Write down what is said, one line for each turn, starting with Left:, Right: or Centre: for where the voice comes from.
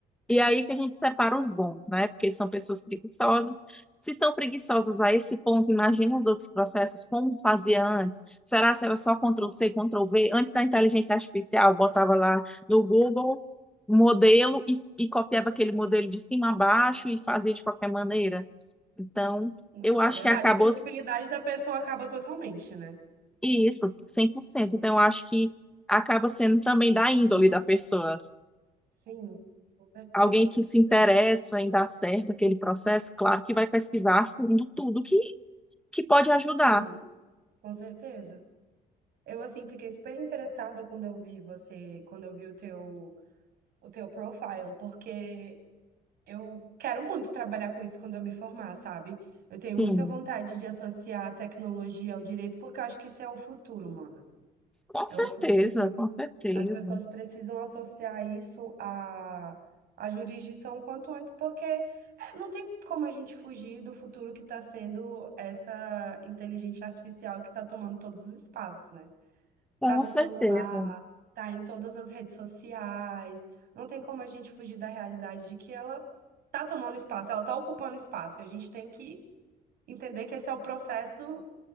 Centre: E aí que a gente separa os bons, né? Porque são pessoas preguiçosas. Se são preguiçosas a esse ponto, imagina os outros processos, como fazia antes. Será se era só control C, control V? Antes da inteligência artificial, botava lá no Google um modelo e, e copiava aquele modelo de cima a baixo e fazia de qualquer maneira. Então,
Right: Nossa,
Centre: eu acho
Right: é verdade.
Centre: que acabou
Right: A credibilidade da pessoa acaba totalmente, né?
Centre: isso, 100%. Então, eu acho que acaba sendo também da índole da pessoa.
Right: Sim, com certeza.
Centre: alguém que se interessa
Right: Eu fiquei-
Centre: em dar certo aquele processo, claro que vai pesquisar a fundo tudo que, que pode ajudar.
Right: Sim. Com certeza. Eu assim fiquei super interessada quando eu vi você, quando eu vi o teu o teu profile, porque eu quero muito trabalhar com isso quando eu me formar, sabe? Eu tenho
Centre: Sim,
Right: muita vontade de associar a tecnologia ao direito, porque eu acho que isso é o futuro, mano.
Centre: com
Right: É
Centre: certeza,
Right: o futuro.
Centre: com certeza,
Right: As pessoas precisam associar isso à, à jurisdição o quanto antes, porque é, não tem como a gente fugir do futuro que está sendo essa inteligência artificial que está tomando todos os espaços, né?
Centre: com
Right: tá no
Centre: certeza,
Right: celular, tá em todas as redes sociais. Não tem como a gente fugir da realidade de que ela tá tomando espaço, ela tá ocupando espaço. E a gente tem que entender que esse é o processo